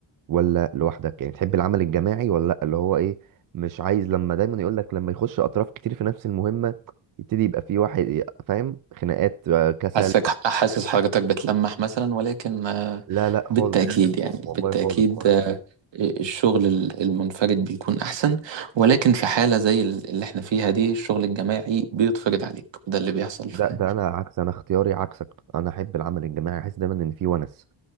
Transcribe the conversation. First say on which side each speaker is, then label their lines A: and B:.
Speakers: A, on the right; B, on the right.
A: ولا لوحدك يعني تحب العمل الجماعي ولا لا اللي هو ايه مش عايز لما دايما يقول لك لما يخش اطراف كتير في نفس المهمة يبتدي يبقى في واحد فاهم خناقات آه، كسل
B: حاسك حاسس حاجتك بتلمح مثلا ولكن آه،
A: لا لا
B: بالتأكيد
A: خالص
B: <laughs> يعني
A: والله
B: بالتأكيد
A: خالص خالص
B: آه، الشغل ال- المنفرد بيكون أحسن ولكن في حالة زي ال- اللي احنا فيها دي الشغل الجماعي بيتفرض عليك وده اللي بيحصل ف-
A: ده ده انا عكس انا اختياري عكسك انا احب العمل الجماعي احس دايما ان في ونس